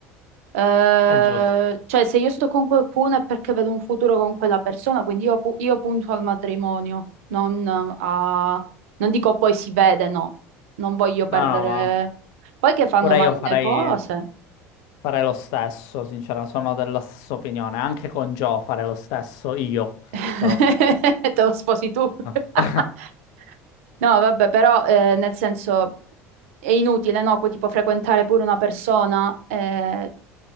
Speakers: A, on the right; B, on the left.
A: Eh,
B: È giusto.
A: cioè, se io sto con qualcuno è perché vedo un futuro con quella persona, quindi io, pu- io punto al matrimonio, non eh, a... Non dico poi si vede, no. Non voglio
B: No,
A: perdere...
B: no, ma...
A: Poi che fanno
B: Pure
A: male
B: io farei,
A: le cose.
B: farei lo stesso, sincero, sono della stessa opinione. Anche con Joe farei lo stesso io,
A: <laughs>
B: però.
A: Te lo sposi tu.
B: <laughs>
A: <laughs> No, vabbè, però eh, nel senso è inutile, no? Poi, tipo frequentare pure una persona, eh,